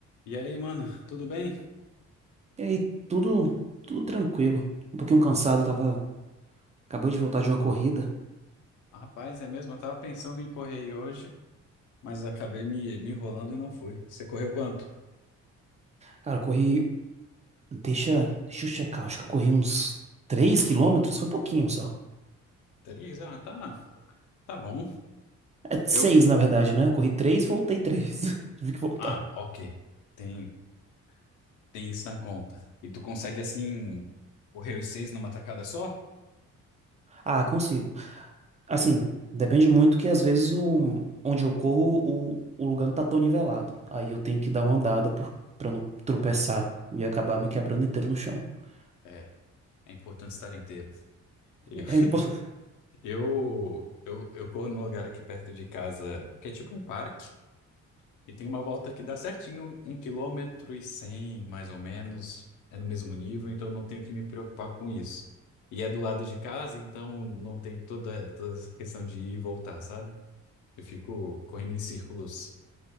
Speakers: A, on the left; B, on the right.
A: E aí, mano, tudo bem?
B: E aí, tudo, tudo tranquilo. Um pouquinho cansado, tava. Acabei de voltar de uma corrida.
A: Ah, Rapaz, é mesmo, eu tava pensando em correr aí hoje, mas acabei me, me enrolando e não fui. Você correu quanto?
B: Cara, eu corri. Deixa, deixa eu checar, acho que eu corri uns 3 quilômetros, foi pouquinho só.
A: Três? Ah, tá, tá bom.
B: É seis
A: Eu.
B: na verdade, né? Corri três voltei três <laughs> Tive que voltar.
A: Ah, ok. Tem, tem isso na conta. E tu consegue, assim, correr os seis numa tacada só?
B: Ah, consigo. Assim, depende muito que às vezes o, onde eu corro, o, o lugar não tá tão nivelado. Aí eu tenho que dar uma andada por, pra não tropeçar e acabar me quebrando inteiro no chão. <laughs>
A: É, é importante estar inteiro. Eu,
B: É importante.
A: eu, eu, eu corro num lugar aqui perto de casa, que é tipo um parque. E tem uma volta que dá certinho, um quilômetro e cem, mais ou menos. É no mesmo nível, então eu não tenho que me preocupar com isso. E é do lado de casa, então não tem toda, toda essa questão de ir e voltar, sabe? Eu fico correndo em círculos.